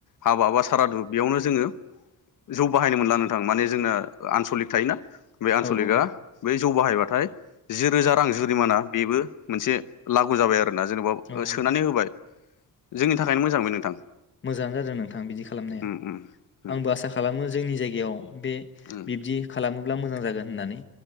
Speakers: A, on the left; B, on the left.
A: हाबा बा सारादु बेयावनो जोङो जौ बाहायनो मोनला नोंथां माने जोंना आनसलिक थायोना? बे आनसलिकआ
B: औ औ
A: बै जौ बाहायबाथाय जि रोजा रां जुरिमाना बेबो मोनसे लागु जाबाय आरो। आरोना जेनेबा
B: औ
A: सोनानै होबाय। जोंनि थाखायनो मोजां बे नोंथां।
B: मोजाङानो जादों नोंथां बिदि खालामनाया
A: उम उम उम
B: आंबो आसा खालामो जोंनि जायगायाव बे
A: उम
B: बिब्दि खालामो अब्ला मोजां जागोन। होननानै